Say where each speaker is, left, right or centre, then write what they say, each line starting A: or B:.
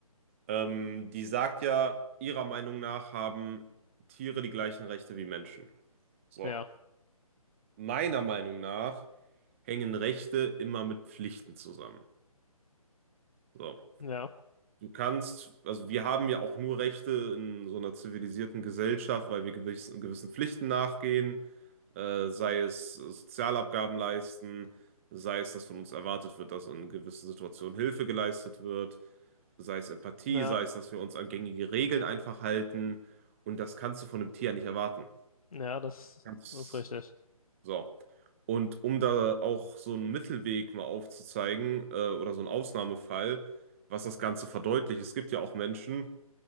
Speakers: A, on the right; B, on the left.
A: Ähm, die sagt ja, ihrer Meinung nach haben Tiere die gleichen Rechte wie Menschen. So.
B: Ja,
A: Meiner Meinung nach hängen Rechte immer mit Pflichten zusammen. So.
B: ja,
A: Du kannst, also wir haben ja auch nur Rechte in so einer zivilisierten Gesellschaft, weil wir gewissen, gewissen Pflichten nachgehen, äh, sei es Sozialabgaben leisten, sei es, dass von uns erwartet wird, dass in gewissen Situationen Hilfe geleistet wird. sei es Empathie,
B: ja,
A: sei es, dass wir uns an gängige Regeln einfach halten. Und das kannst du von einem Tier ja nicht erwarten.
B: ja, das,
A: Ganz
B: das ist richtig.
A: so. Und um da auch so einen Mittelweg mal aufzuzeigen, äh, oder so einen Ausnahmefall, was das Ganze verdeutlicht, es gibt ja auch Menschen,